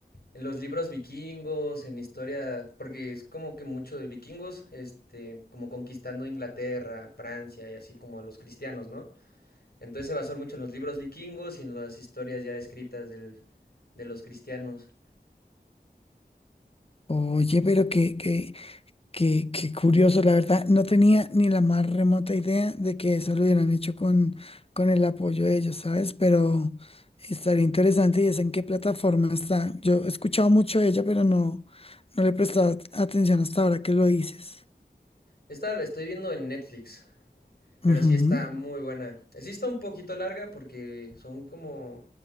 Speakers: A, on the left (about 65°); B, on the left (about 35°).
A: en los libros vikingos, en historia, porque es como que mucho de vikingos, este, como conquistando Inglaterra, Francia y así como a los cristianos, ¿no? Entonces se basó mucho en los libros vikingos y en las historias ya escritas del, de los cristianos.
B: Oye, pero que, que, Qué, qué curioso, la verdad, no tenía ni la más remota idea de que eso lo hubieran hecho con, con el apoyo de ellos, ¿sabes? Pero estaría interesante y es en qué plataforma está. Yo he escuchado mucho de ella, pero no, no le he prestado atención hasta ahora que lo dices.
A: Esta la estoy viendo en Netflix, pero
B: Ujú,
A: sí está muy buena. Sí está un poquito larga porque son como,